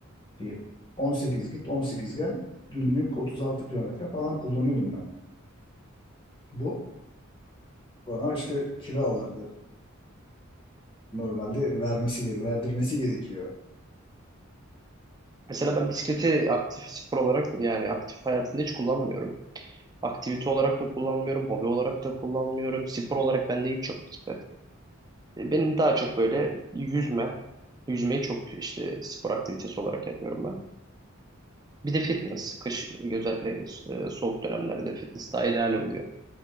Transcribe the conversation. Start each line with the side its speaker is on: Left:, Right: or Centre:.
Left: Bir 18 git 18 gel. Günlük 36 kilometre falan kullanıyordum ben. Bu bana işte kilo aldırdı. Normalde vermesi geri, verdirmesi gerekiyor.
Right: Mesela ben bisikleti aktif spor olarak yani aktif hayatımda hiç kullanmıyorum. Aktivite olarak da kullanmıyorum, hobi olarak da kullanmıyorum. Spor olarak bende hiç yok bisiklet. E, Benim daha çok böyle yüzme, yüzmeyi çok işte spor aktivitesi olarak yapıyorum ben. Bir de fitness, kış özellikle e, soğuk dönemlerde fitness daha ideal oluyor.